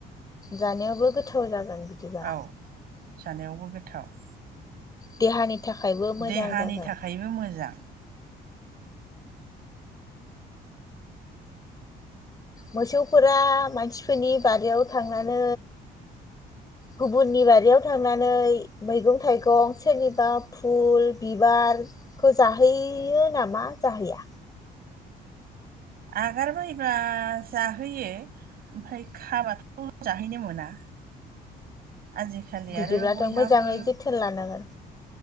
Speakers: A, on the left; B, on the right.
A: जानायावबो गोथाव जागोन बिदिबा
B: औ जानायावबो बे गोथाव
A: देहानि थाखायबो मोजां
B: देहानि
A: जागोन
B: थाखायबो मोजां
A: मोसौफोरा मानसिफोरनि बारियाव थांनानै गुबुननि बारियाव थांनानै मैगं थाइगं सोरनिबा फुल बिबारखौ जाहोैयो नामा जाहैया
B: आगारबायबा जाहोयो ओमफ्राय खाबाथ' जाहैनो मोना आजिखालि
A: बिदिब्लाथ'
B: आरो बयहाबो
A: मोजाङै जोथोन लानांगोन